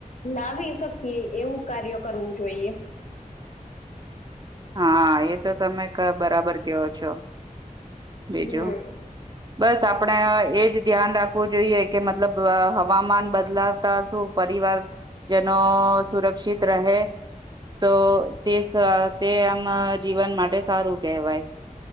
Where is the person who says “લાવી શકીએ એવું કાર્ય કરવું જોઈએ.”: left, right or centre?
Left